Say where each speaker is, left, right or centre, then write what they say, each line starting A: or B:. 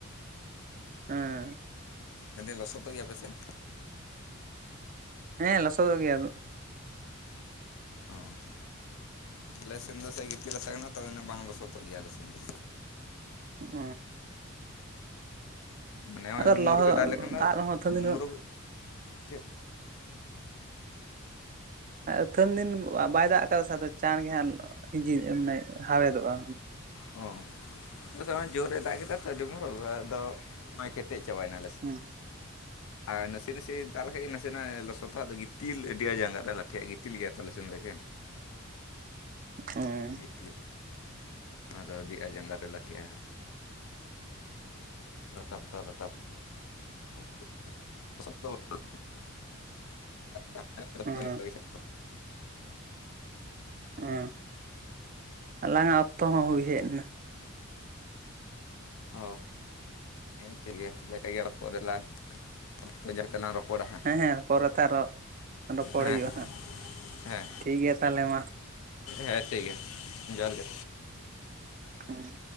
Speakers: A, on the right; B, on the left.
A: ᱦᱮᱸ
B: ᱢᱮᱱᱫᱟᱹᱧ ᱞᱚᱥᱚᱫᱚᱜᱮᱭᱟ ᱟᱯᱮᱥᱮᱫ
A: ᱦᱮᱸ ᱞᱚᱥᱚᱫᱚᱜ ᱜᱮᱭᱟ ᱫᱚ
B: ᱚᱸ ᱟᱞᱮ ᱥᱮᱱ ᱫᱚ ᱥᱮ ᱜᱤᱛᱤᱞ ᱦᱟᱥᱟ ᱠᱟᱱᱟ ᱛᱚ, ᱢᱟᱱᱮ ᱵᱟᱝ ᱞᱚᱥᱚᱫᱚᱜ ᱜᱮᱭᱟ ᱟᱞᱮ ᱥᱮᱱ ᱫᱚ
A: ᱚ
B: ᱢᱟᱱᱮ ᱦᱚᱸᱜᱼᱚᱭ
A: ᱟᱫᱚ ᱞᱚᱦᱚᱫ
B: ᱢᱩᱨᱩᱠᱮ ᱫᱟᱜᱞᱮᱠᱷᱟᱱ ᱫᱚ
A: ᱫᱟᱜ ᱨᱮᱦᱚᱸ ᱟᱹᱛᱷᱟᱹᱱ ᱫᱤᱱ
B: ᱢᱩᱨᱩ ᱪᱮᱫ
A: ᱟᱹᱛᱷᱟᱹᱱ ᱫᱤᱱ ᱵᱟᱭ ᱫᱟᱜ ᱟᱠᱟᱫᱟ ᱥᱮ ᱟᱫᱚ ᱪᱟᱬ ᱜᱮ ᱦᱟᱸᱜ ᱦᱤᱸᱡᱤᱫ ᱢᱟᱱᱮ ᱦᱟᱣᱮᱫᱚᱜ-ᱟ
B: ᱚ, ᱟᱪᱪᱷᱟ ᱡᱳᱨᱮ ᱫᱟᱜ ᱠᱮᱫᱟ ᱛᱚ ᱟᱹᱰᱤ ᱢᱩᱨᱩᱠ ᱟᱫᱚ ᱠᱮᱴᱮᱡ ᱪᱟᱵᱟᱭᱮᱱᱟ ᱟᱯᱮ ᱥᱮᱫ
A: ᱦᱮᱸ
B: ᱟᱨ ᱱᱟᱥᱮ ᱱᱟᱥᱮ ᱫᱟᱜ ᱞᱮᱠᱟᱡ ᱜᱮ ᱱᱟᱥᱮᱱᱟᱜ ᱞᱚᱥᱚᱫᱚᱜ-ᱟ ᱟᱫᱚ ᱜᱤᱛ ᱛᱤᱞ ᱟᱹᱰᱤ ᱟᱜ ᱡᱟᱸᱜᱟ ᱨᱮ ᱞᱟᱴᱷᱮᱭᱟᱜ ᱜᱤᱛᱤᱞ ᱜᱮᱭᱟ ᱛᱚ ᱟᱞᱮ ᱥᱮᱱ ᱫᱚ ᱮᱠᱷᱮᱱ
A: ᱦᱮᱸ
B: ᱜᱤᱛᱤᱞ ᱟᱫᱚ ᱟᱰᱤ ᱟ ᱡᱟᱸᱜᱟ ᱨᱮ ᱞᱟᱴᱷᱮᱜ-ᱟ ᱰᱟᱴᱟ ᱯᱟᱴᱟᱭ ᱰᱟᱴᱟ <unintelligible>
A: ᱦᱮᱸ ᱦᱮᱸ ᱟᱞᱟᱝᱟᱜ ᱚᱠᱛᱚ ᱦᱚᱸ ᱦᱩᱭ ᱦᱮᱡᱱᱟ
B: ᱚ, ᱦᱮᱸ ᱴᱷᱤᱠ ᱜᱮᱭᱟ <unintelligible> ᱟᱨ ᱯᱚᱨᱮᱞᱟᱝ <unintelligible> ᱛᱮᱞᱟᱝ ᱨᱚᱯᱚᱲᱟ ᱦᱟᱸᱜ
A: ᱦᱮᱸ ᱦᱮᱸ ᱯᱚᱨᱮᱛᱮ ᱟᱨᱚ ᱨᱚᱯᱚᱲ
B: ᱦᱮᱸ
A: ᱦᱩᱭᱩᱜ-ᱟ ᱦᱟᱸᱜ,
B: ᱦᱮᱸ
A: ᱴᱷᱤᱠ ᱜᱮᱭᱟ ᱛᱟᱦᱞᱮ ᱢᱟ᱾
B: ᱦᱮᱸ ᱴᱷᱤᱠᱜᱮᱭᱟ, ᱡᱚᱦᱟᱨ ᱜᱮ
A: ᱦᱮᱸ